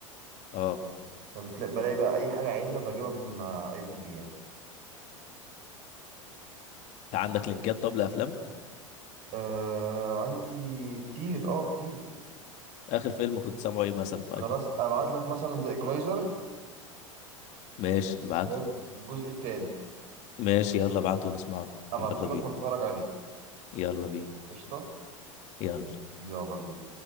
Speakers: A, on the left; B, on the right.
A: اه
B: فبتلاقي بلاقي بقى اي حاجه عايزها بجيبها من اي بي تي في يعني
A: انت عندك لينكات طب لافلام
B: أه عندي كتير اه كتير
A: اخر فيلم كنت سامعه ايه مثلا في
B: خلاص
A: اي بي دي
B: ابعت لك مثلا زي ايكولايزر
A: ماشي ابعته
B: اللي هو الجزء الثالث
A: ماشي يلا ابعته ونسمعه
B: ابعته
A: يلا بينا
B: لك ونتفرج عليه
A: يلا بينا
B: قشطه
A: يلا
B: يلا بينا